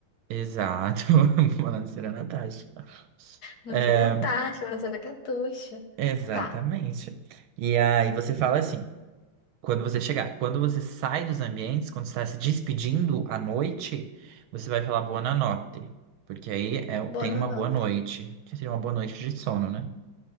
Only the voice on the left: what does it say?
Buonasera
Natasha, Buonasera Catuxa.
Tá,
boa
nota.